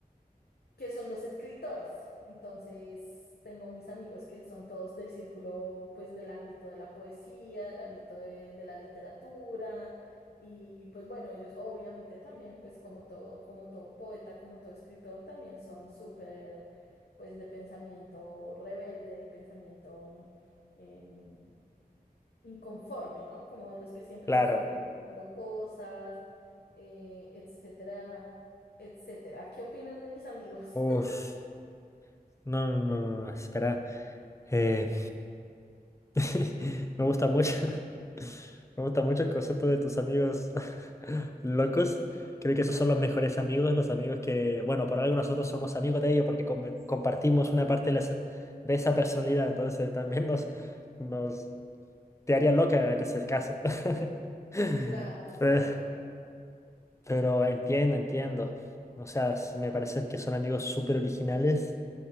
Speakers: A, on the left (about 85°); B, on the left (about 20°).
A: que son los escritores. Entonces tengo mis amigos que son todos del círculo, pues del ámbito de la poesía, del ámbito de, de la literatura. Y pues bueno, ellos obviamente también, pues como todo, como todo poeta, como todo escritor, también son súper, pues de pensamiento rebelde, de pensamiento... em, inconforme, ¿no? Como de los que siempre
B: Claro.
A: se están preguntando cosas, eh, etcétera, etcétera. ¿Qué opinas de mis amigos?
B: Uf,
A: <laughs>
B: no, no, no, no, no, espera. Eh, <laughs> me gusta mucho. <laughs> Me gusta mucho el concepto de tus amigos <laughs> locos.
A: Ujú.
B: Creo que esos son los mejores amigos, los amigos que, bueno, por algo nosotros somos amigos de ellos porque com- compartimos una parte de, las- de esa personalidad, entonces también nos, nos te haría loca en ese caso. <laughs>
A: Claro, exacto.
B: Pero- Pero entiendo, entiendo. O sea, s- me parecen que son amigos súper originales